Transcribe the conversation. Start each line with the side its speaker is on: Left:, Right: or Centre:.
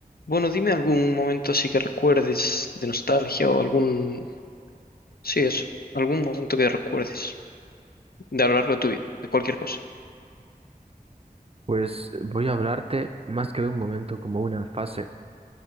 Left: Bueno, dime algún momento así que recuerdes de nostalgia o algún... Sí, eso. Algún momento que recuerdes de a lo largo de tu vida, de cualquier cosa.
Right: Pues voy a hablarte más que de un momento, como una fase.